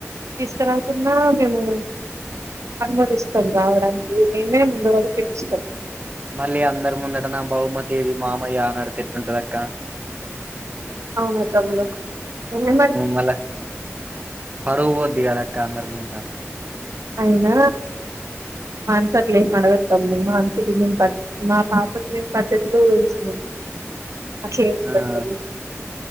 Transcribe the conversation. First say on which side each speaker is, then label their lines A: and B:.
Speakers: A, on the right; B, on the right.
A: తీసుకురాకున్నా మేము అనుమతిస్తాం రావడానికి మేమే ముందువడి పిలుస్తాం
B: మళ్ళీ అందరు ముందట నా బహుమతి ఏది మామయ్య అని అడిగితే ఎట్లుంటది అక్క
A: అవునా తమ్ముడు నిన్నే మరి
B: మల్ల పరువు పోతది ఇది కాదక్క అందరు ముందట
A: అయినా మనసు అట్లేం అడుగది తమ్ముడు మనసుకి మేము పద్ద మా పాపకి మేము పద్ధతిలో వేంచినం అట్లేం ఉండదు
B: ఆ
A: తమ్ముడు